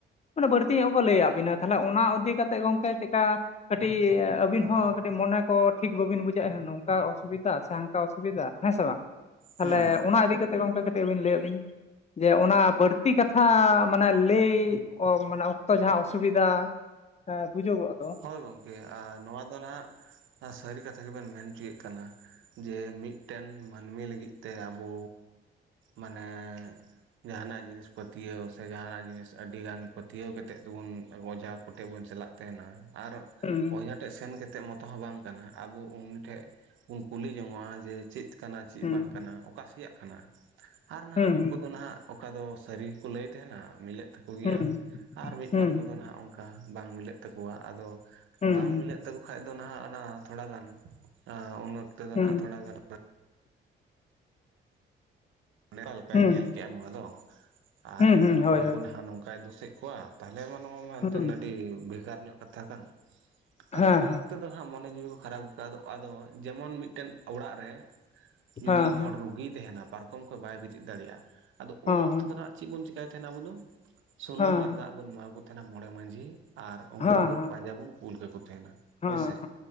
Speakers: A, on the left (about 35°); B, on the right (about 75°).
A: ᱢᱟᱱᱮ ᱵᱟᱹᱲᱛᱤ ᱧᱚᱜ ᱜᱮ ᱠᱚ ᱞᱟᱹᱭᱟᱫ ᱵᱤᱱᱟ ᱛᱟᱦᱚᱞᱮ ᱚᱱᱟ ᱤᱫᱤ ᱠᱟᱛᱮᱫ ᱜᱚᱝᱠᱮ ᱪᱮᱫᱠᱟ। ᱠᱟᱹᱴᱤᱡ ᱟᱹᱵᱤᱱ ᱦᱚᱸ ᱠᱟᱹᱴᱤᱡ ᱢᱚᱱᱮ ᱠᱚ ᱴᱷᱤᱠ ᱵᱟᱹᱵᱤᱱ ᱵᱩᱡᱷᱟᱹᱜᱼᱟ ᱱᱚᱝᱠᱟ ᱚᱥᱩᱵᱤᱫᱟ ᱥᱮ ᱦᱟᱝᱠᱟ ᱚᱥᱩᱵᱤᱫᱟ ᱦᱮᱸ ᱥᱮ ᱵᱟᱝ? ᱛᱟᱦᱚᱞᱮ
B: ᱦᱩᱸ
A: ᱚᱱᱟ ᱤᱫᱤ ᱠᱟᱛᱮᱜ ᱜᱚᱝᱠᱮ ᱠᱟᱹᱴᱤᱡᱵᱤᱱ ᱞᱟᱹᱭᱟᱜ ᱵᱤᱱ। ᱡᱮ ᱚᱱᱟ ᱵᱟᱹᱲᱛᱤ ᱠᱟᱛᱷᱟ ᱢᱟᱱᱮ ᱞᱟᱹᱭ ᱢᱟᱱᱮ ᱚᱠᱛᱚ ᱡᱟᱦᱟᱸ ᱚᱥᱩᱵᱤᱫᱷᱟ। ᱦᱮᱸ ᱵᱩᱡᱩᱜᱚᱜᱼᱟ।
B: ᱦᱳᱭ ᱜᱚᱝᱚᱢᱠᱮ ᱟᱸ ᱱᱚᱣᱟ ᱫᱚ ᱱᱟᱦᱟᱜ ᱥᱟᱹᱨᱤ ᱠᱟᱛᱷᱟ ᱜᱮᱵᱮᱱ ᱢᱮᱱᱪᱚᱭᱮᱫ ᱠᱟᱱᱟ ᱡᱮ ᱢᱤᱫ। ᱢᱤᱫᱴᱮᱱ ᱢᱟᱹᱱᱢᱤ ᱞᱟᱹᱜᱤᱫ ᱛᱮ ᱟᱵᱚ ᱢᱟᱱᱮ ᱡᱟᱦᱟᱱᱟᱜ ᱡᱤᱱᱤᱥ ᱯᱟᱹᱛᱭᱟᱹᱣ ᱥᱮ ᱡᱟᱦᱟᱱᱟᱜ ᱡᱤᱱᱤᱥ ᱟᱹᱰᱤ ᱜᱟᱱ ᱯᱟᱹᱛᱭᱟᱹᱣ ᱠᱟᱛᱮᱫ ᱫᱚᱵᱚᱱ ᱚᱡᱷᱟ। ᱠᱚᱴᱷᱮᱡ ᱵᱚᱱ ᱪᱟᱞᱟᱜ ᱛᱟᱦᱮᱱᱟ। ᱟᱨ
A: ᱦᱩᱸ
B: ᱚᱡᱟ ᱴᱷᱮᱜ ᱥᱮᱱ ᱠᱟᱛᱮ ᱢᱚᱛᱚ ᱦᱚᱸ ᱵᱟᱝ ᱠᱟᱱᱟ ᱟᱵᱚ ᱩᱱᱤ ᱴᱷᱮᱜ ᱵᱚᱱ ᱠᱩᱞᱤ ᱡᱚᱝᱚᱜᱼᱟ ᱡᱮ ᱪᱮᱫ ᱠᱟᱱᱟ ᱪᱮᱫ
A: ᱦᱩᱸ
B: ᱵᱟᱝ ᱠᱟᱱᱟ ᱚᱠᱟᱥᱮᱭᱟᱜ ᱠᱟᱱᱟ? ᱟᱨ ᱱᱟᱦᱟᱜ
A: ᱦᱩᱸ
B: ᱩᱱᱠᱩ ᱫᱚ ᱱᱟᱦᱟᱜ ᱚᱠᱟ ᱫᱚ ᱥᱟᱹᱨᱤ ᱜᱮᱠᱚ ᱞᱟᱹᱭ ᱛᱟᱦᱮᱱᱟ ᱢᱤᱞᱟ. ᱜ ᱛᱟ ᱠᱚ ᱜᱮᱭᱟ
A: ᱦᱩᱸ
B: ᱟᱨ ᱢᱤᱫ
A: ᱦᱩᱸ
B: ᱵᱟᱨ ᱠᱚᱫᱚ ᱱᱟᱦᱟᱜ ᱚᱱᱠᱟ ᱵᱟᱝ ᱢᱤᱞᱟᱹᱜ ᱛᱟᱠᱚᱣᱟ ᱟᱫᱚ
A: ᱦᱩᱸ
B: ᱵᱟᱝ ᱢᱤᱞᱟᱹᱜ
A: ᱦᱩᱸ
B: ᱛᱟᱠᱚ ᱠᱷᱟᱡ ᱫᱚ ᱱᱟᱦᱟᱜ ᱚᱱᱟ ᱛᱷᱚᱲᱟ ᱜᱟᱱ ᱟᱸ ᱩᱱ ᱚᱠᱛᱚ ᱛᱮᱫᱚ
A: ᱦᱩᱸ ᱦᱩᱸ
B: ᱱᱟᱦᱟᱜ
A: ᱦᱩᱸ
B: ᱛᱷᱚᱲᱟ ᱜᱟᱱ। ᱚᱠᱟᱞᱮᱠᱟᱭ
A: ᱦᱩᱸ
B: ᱧᱮᱞ ᱠᱮᱜᱼᱟ ᱱᱚᱣᱟ ᱫᱚ ᱟᱨ
A: ᱦᱩᱸ ᱦᱩᱸ
B: ᱦᱚᱲ
A: ᱦᱳᱭ
B: ᱠᱚ
A: ᱦᱳᱭ
B: ᱱᱟᱦᱟᱜ ᱱᱚᱝᱠᱟᱭ ᱫᱳᱥᱮᱜ ᱠᱚᱣᱟ। ᱛᱟᱦᱚᱞᱮ ᱢᱟ ᱱᱚᱣᱟ ᱢᱟ ᱮᱱᱛᱮᱱ
A: ᱦᱩᱸ
B: ᱟᱹᱰᱤ ᱵᱷᱮᱜᱟᱨ ᱧᱚᱜ ᱠᱟᱛᱷᱟ ᱠᱟᱱ ᱟᱫᱚ
A: ᱦᱮᱸ
B: ᱩᱱ
A: ᱦᱮᱸ
B: ᱚᱠ ᱫᱚ ᱦᱟᱸᱜ ᱢᱚᱱᱮ ᱡᱤᱣᱤ ᱠᱚ ᱠᱷᱟᱨᱟᱯ ᱟ‌. ᱭᱠᱟ. ᱟᱫᱚ- ᱟᱫᱚ ᱡᱮᱢᱚᱱ ᱢᱤᱫᱴᱮᱱ ᱚᱲᱟᱜ ᱨᱮ। ᱡᱩᱫᱤ
A: ᱦᱮᱸ
B: ᱦᱚᱲ
A: ᱦᱮᱸ
B: ᱨᱩᱜᱤᱭ ᱛᱟᱦᱮᱱᱟ ᱯᱟᱨᱠᱚᱢ ᱠᱷᱚᱡ ᱵᱟᱭ ᱵᱮᱨᱮᱫ ᱫᱟᱲᱮᱭᱟᱜᱼᱟ ᱟᱫᱚ
A: ᱦᱮᱸ
B: ᱩᱱ ᱚᱠᱛᱚ ᱫᱚ ᱱᱟᱜ ᱪᱮᱫ ᱵᱚᱱ ᱪᱮᱤᱠᱟᱭ ᱛᱟᱦᱮᱸᱱᱟ ᱟᱵᱚ ᱫᱚ ᱥᱩᱱᱩᱢ
A: ᱦᱮᱸ ᱦᱮᱸ
B: ᱟᱨ ᱫᱟᱜ ᱵᱚᱱ ᱮᱢᱟ ᱠᱚ ᱛᱟᱦᱮᱱᱟ ᱢᱚᱬᱮ ᱢᱟᱺᱡᱷᱤ। ᱟᱨ ᱩᱱᱠᱩ
A: ᱦᱮᱸ
B: ᱠᱚ ᱯᱟᱸᱡᱟ ᱵᱚᱱ ᱠᱩᱞ ᱠᱟᱠᱚ ᱛᱟᱦᱮᱱᱟ
A: ᱦᱮᱸ
B: ᱦᱳᱭᱥᱮ
A: ᱦᱮᱸ